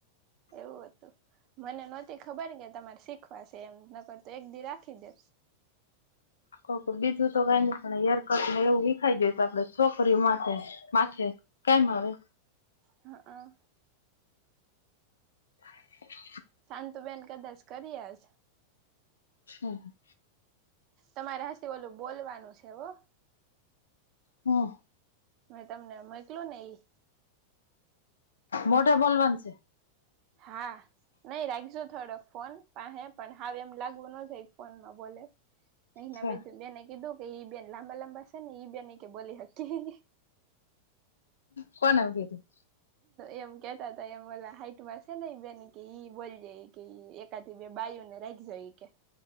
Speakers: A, on the right (about 40°); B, on the left (about 70°).
A: એવું હતું મને નહોતી ખબર કે તમારે શીખવાશે એમ નકર તો એક દી રાખી દે.
B: ઓકે બીજું તો કાંઈ ની પણ હેરકટને એવું હિખાઈ જાય તો આપડે છોકરીઓ માટે. માથે કેમ આવે?
A: હ અહ.
B: <inaudible>
A: તને તો બેન કદાચ કરી આલસે.
B: છું.
A: તમારે હાસી ઓલું બોલવાનું છે હો.
B: હમ્મ.
A: મે તમને મોઇકલું ને ઇ.
B: મોઢે બોલવાનું છે.
A: હા, નહી રાઇકજો થોડોક. ફોન પાહે પણ હાવ એમ લાગવું ન જોઈએ કે ફોનમાં બોલે નૈના
B: છે.
A: બેને કીધું. ઈ બેન લાંબા લાંબા છે ને ઈ બેન કે બોલી હકી.
B: કોણ આવું કેતુ તુ.
A: એમ કેતા હતા એમ ઓલા હાઈટમાં છે ને બેન કે ઈ બોલી જાય કે ઇ એક એકાદી બે બાાઈઓને રાઇકશો ઈ કે.